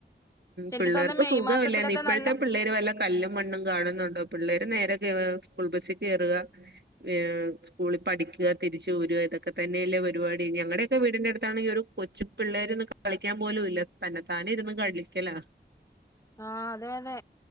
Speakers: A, on the left; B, on the right.
A: ശരിക്ക്
B: പിള്ളേർക്ക്
A: തോന്നുന്നു മെയ്
B: സുഖവില്ലാരുന്ന്
A: മാസത്തിലൊക്കെ
B: ഇപ്പഴത്തെ
A: നല്ല
B: - ഈ പിള്ളേര് വല്ല കല്ലും മണ്ണും കാണുന്നുണ്ടോ പിള്ളേര് നേരെ സ്കൂൾ ബസിൽ കെയറുക ഏഹ് <unintelligible> സ്കൂളി പഠിക്കുക തിരിച്ച് വരുക ഇതൊക്കെ തന്നേയല്ലേ പരിപാടി ഞങ്ങടെയൊക്കെ വീടിന്റെ അടുത്താണെങ്കി ഒരു കൊച്ചു പിള്ളേര് നിക്ക കളിക്കാൻ പോലൂല്ല തന്നെതാനെ ഇരുന്ന് കളിക്കല.
A: ആഹ് അതെ അതെ